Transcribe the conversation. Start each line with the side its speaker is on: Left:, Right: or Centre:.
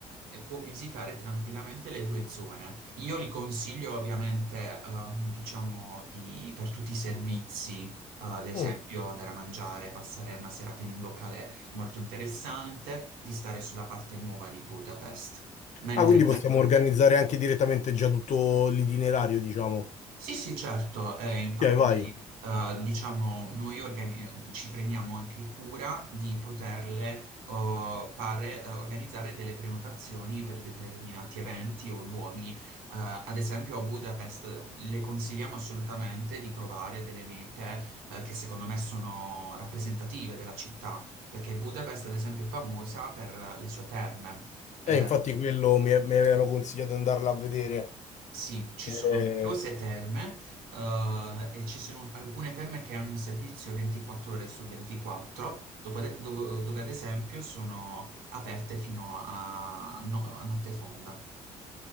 Right: eh, può visitare tranquillamente le due zone. Io li consiglio ovviamente, ehm, diciamo, di- per tutti i servizi, eh, ad esempio
Left: Mm.
Right: andare a mangiare, passare una serata in un locale molto interessante, di stare sulla parte nuova di Budapest. Mentre
Left: Ah, quindi possiamo
Right: Mm.
Left: organizzare anche direttamente già tutto l'itinerario, diciamo.
Right: Sì, sì, certo, eh, infatti
Left: Ok, vai.
Right: eh, diciamo noi organi- ci prendiamo anche cura di poterle oh, fare, eh, organizzare delle prenotazioni per determinati eventi o luoghi. Eh, ad esempio a Budapest le consigliamo assolutamente di provare delle mete eh, che secondo me sono rappresentative della città, perché Budapest ad esempio è famosa per eh, le sue terme. Eh,
Left: Eh, infatti quello mi, mi avevano consigliato di andarla a vedere.
Right: Sì, ci
Left: Eh,
Right: sono numerose terme, eh, e ci sono alcune terme che hanno un servizio 24 ore su 24, dopo ad- do- dove ad esempio sono aperte fino a, no- a notte fonda.